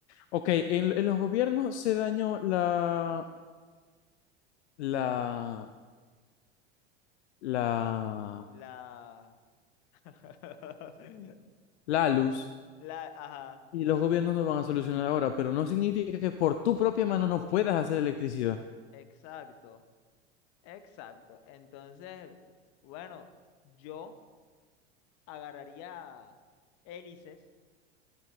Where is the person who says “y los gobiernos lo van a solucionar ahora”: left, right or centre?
Left